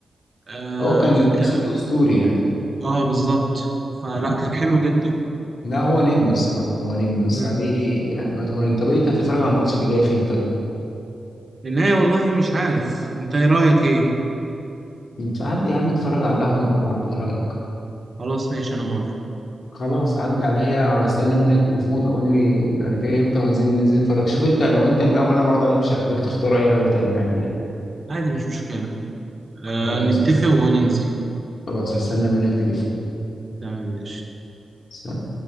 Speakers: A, on the right (about 45°); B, on the left (about 70°).
A: اه
B: هو كان
A: في
B: الموسم
A: ك...
B: الاسطوري يعني
A: اه بالظبط فلا
B: اه
A: كان حلو جدا
B: لا هو نجم الصراحه هو نجم بس
A: مم.
B: عليه يعني هو نجم طب إيه، انت هتتفرج على الماتش اللي جاي فين طيب؟
A: النهاية والله مش عارف انت ايه رأيك ايه
B: انت عدي يا عم اتفرج على القهوه مع بعض ايه رايك؟
A: خلاص ماشي انا موافق
B: خلاص عدى عليا استنى منك تليفون قول لي انا جاي امتى وننزل ننزل نتفرج شوف انت لو انت القهوه اللي انا بقعد عليها مش عاجباك تختار اي قهوه تاني عادي يعني
A: عادي مش مشكلة آه
B: خلاص
A: نتفق
B: هس...
A: وننزل
B: خلاص هستنى منك تليفون
A: تمام ماشي
B: سلام